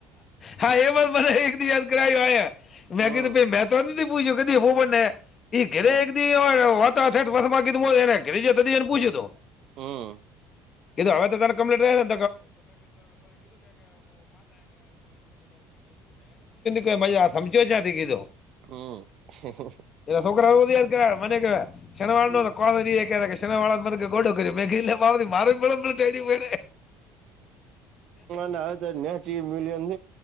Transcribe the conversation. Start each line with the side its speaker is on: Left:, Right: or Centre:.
Left: હા એ વાત મને એક દ યાદ કરાયું આ મેં
Right: હમ
Left: કીધુંાઈ મેં તો એમ નથી પૂછ્યું દ હું બને એ ઘરે
Right: હા
Left: એક દી વાઠે વસ માં કીધું એને ઘરે જ ત એને પૂછ્યું તો
Right: હમ
Left: કીધ હવે તો તનેમ્લેટ રહે ને <unintelligible> કે મજા <unintelligible> જાતી કીધું
Right: હમ્મ. <unintelligible>
Left: એ શ સુકરા ઉવદીદ કરરા મનેક શનવાળ
Right: હમ
Left: ન કો ક શનવાળ ગોડો કર્યો મે માે
Right: ને હવે તો નેચ મલીીંદ